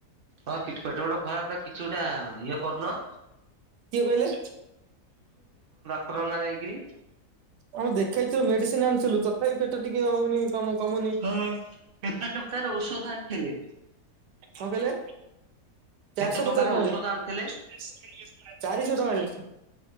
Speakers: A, on the right (about 65°); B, on the right (about 85°).
A: ହଁ କିଛ ପେଟ ଫେଟ ଖରାପ ତ କିଛି ଗୋଟା ଇଏ କରୁନ?
B: କିଏ କହିଲେ?
A: <unintelligible> ଯାଇକିରି।
B: ହଁ ଦେଖାଇଥି ମେଡିସିନ ଆଣିଥିଲୁ ତଥାପି ପେଟ ଟିକେ ହଉନି କମ କମୁନି।
A: ଆଁ କେତେ ଟଙ୍କାର ଔଷଧ ଆଣଥିଲେ?
B: କଣ କହିଲେ?
A: କେତେ
B: ଚାରିଶହ
A: ଟଙ୍କାର
B: ପଚାଶ ଟଙ୍କାରେ।
A: ଔଷଧ ଆଣିଥିଲେ
B: ଚାରିଶ ଟଙ୍କାରେ।